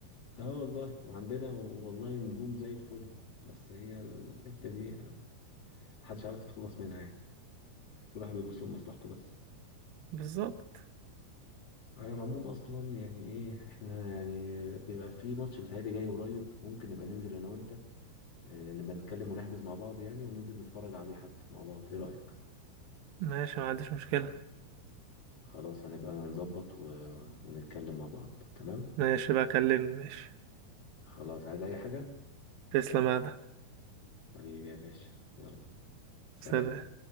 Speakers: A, on the left; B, on the right.
A: آه والله وعندنا والله نجوم زي الفل بس هي الحتة دي محدش عارف يتخلص منها يعني كل واحد بيبص لمصلحته بس
B: بالظبط
A: على العموم اصلا يعني ايه احنا يعني بيبقى في ماتش بيتهيألي جاي قريب ممكن نبقى ننزل انا وانت آه، نبقى نتكلم ونحجز مع بعض يعني وننزل نتفرج عليه حتى مع بعض ايه رأيك
B: ماشي ما عنديش مشكلة
A: خلاص هنبقى نظبط و... ونتكلم مع بعض تمام
B: ماشي بقى كلمني ماشي
A: خلاص عايز اي حاجة
B: تسلم يا آدم.
A: حبيبي يا باشا يلا سلام
B: سلام